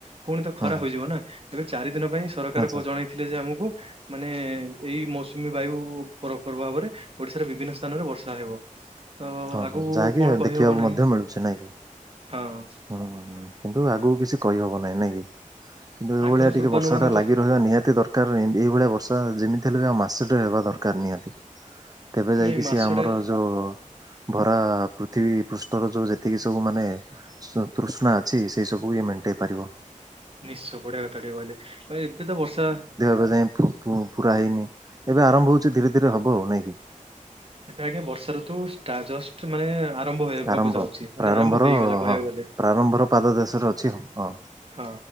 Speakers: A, on the right; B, on the right.
A: ପୁଣି ତ ଖରାପ
B: ହୁଁ ହୁଁ ହୁଁ
A: ହେଇଯିବ ନା ଏବେ ଚାରି ଦିନ ପାଇଁ ସରକାର
B: ଆଚ୍ଛା
A: ଜଣେଇଥିଲେ ଯେ ଆମକୁ ମାନେ ଏଇ ମୌସୁମୀ ବାୟୁ ପ୍ରଭାବରେ ଓଡିଶାର ବିଭିନ୍ନ ସ୍ଥାନରେ ବର୍ଷା ହେବ। ତ
B: ହଁ
A: ଆଗକୁ
B: ହଁ ଯାହାକି
A: କଣ କହିହବ
B: ଦେଖିବାକୁ
A: ନାହିଁ
B: ମଧ୍ୟ ମିଳୁଛି ନାଇଁ କି
A: ହଁ।
B: ହୁଁ କିନ୍ତୁ ଆଗକୁ କିଛି କହିହେବ ନାହିଁ ନାହିଁ କିନ୍ତୁ ଏଇଭଳିଆ
A: ଆଙ୍କର ପୂର୍ବାନୁମାନ
B: ଟିକେ ବର୍ଷାଟା
A: କରି
B: ଲାଗି ରହିବା ନିହାତି ଦର ର ଏଇଭଳିଆ ବର୍ଷା ଯେମିତି ହେଲେ ବି ଆଉ ମାସେଟେ ରେ ହେବା ଦରକାର ନିହାତି। ତେବେ ଯାଇକି
A: ଏଇ ମାସଟେ
B: ସିଏ ଆମର ଯଉ ଭରା ପୃଥିବୀ ପୃଷ୍ଠର ଯୋଉ ଯେତିକି ସବୁ ମାନେ ତୃଷ୍ଣା ଅଛି ସେଇ ସବୁ ଇଏ ମେଣ୍ଟେଇ ପାରିବ।
A: ନିଶ୍ଚ ବୁଢ଼ା କଥା ଟିବ ଆହେ ବି ତ ବର୍ଷ
B: ବେ ଯାଇ ପୁରା ହେଇନି ଏବେ ଆରମ୍ଭ ହଉଛି ଧୀରେ ଧୀରେ ହବ ଆଉ ନାଇଁକି।
A: ଏବେ ଆଜ୍ଞା ବର୍ଷା ଋତୁ ଷ୍ଟାର୍ଟ ଜଷ୍ଟ୍ ମାନେ ଆରମ୍ଭ ହେବାକୁ
B: ଆରମ୍ଭ
A: ଯାଉଛି ମାନେ
B: ପ୍ରାରମ୍ଭର
A: ଆରମ୍ଭ ହେଇଗଲା କହିବାକୁ
B: ହଁ
A: ଗଲେ
B: ପ୍ରାରମ୍ଭର ପାଦ ଦେଶରେ ଅଛି ହଁ ହଁ।
A: ହଁ